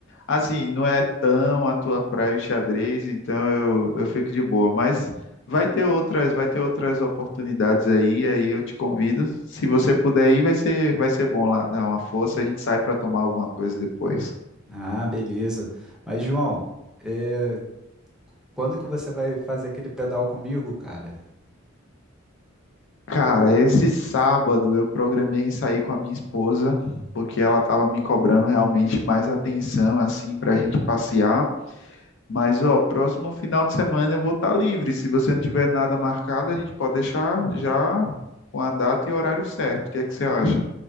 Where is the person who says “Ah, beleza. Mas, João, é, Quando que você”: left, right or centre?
Centre